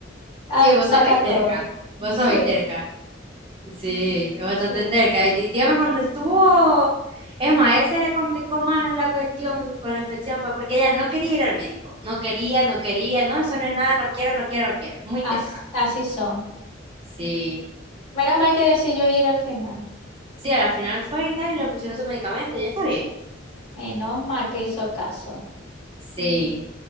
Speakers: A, on the left; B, on the right.
A: ah,
B: Sí, vos
A: sacar
B: sabéis terca.
A: todo.
B: Vos
A: Sí,
B: sabéis terca. Sí, es bastante
A: sí,
B: terca. Y di- dígame cuando estuvo, es más, a ella se le complicó más la cuestión con la infección, fue porque ella no quería ir al médico, no quería, no quería, no, eso no es nada, no quiero, no quiero, no quiero, Es muy
A: as-
B: terca.
A: así son.
B: Sí,
A: Menos mal que decidió ir al final,
B: sí, a la final fue y tal, y le pusieron su medicamento, ya está bien.
A: menos mal que hizo caso.
B: Sí,